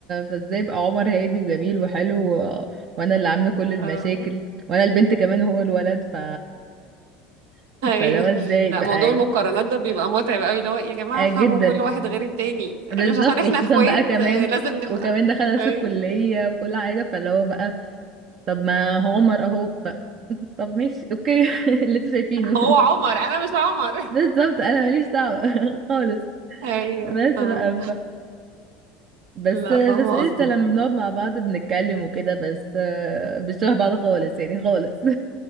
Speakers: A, on the right (about 50°); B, on the right (about 85°).
A: فازاي بقى عمر هادي وجميل وحلو و... وانا اللي عاملة كل المشاكل
B: اه
A: وانا البنت كمان وهو الولد ف <laughs>
B: <laughs> ايوه
A: فلو ازاي
B: لا
A: بقى
B: موضوع المقارنات ده بيبقى متعب قوي اللي هو يا جماعه
A: آه
B: فهموا
A: جدا
B: كل واحد غير التاني <laughs>
A: بالظبط
B: مش عشان احنا
A: وخصوصا
B: اخوات
A: بقى كمان
B: آه، لازم نبقى
A: وكمان دخل نفس
B: اي
A: الكلية وكل حاجة فاللي هو بقى طب ما هو عمر اهو ف... <laughs> طب ماشي اوكي <laughs> اللي انتوا شايفينه
B: هو عمر انا مش عمر
A: <laughs> بالظبط انا ماليش دعوة <laughs> خالص
B: ايوه
A: بس
B: اه
A: بقى بس
B: لا
A: بس
B: فاهمه
A: قشطة
B: قصدك
A: لما بنقعد مع بعض بنتكلم وكده بس آه، مش شبه بعض خالص يعني خالص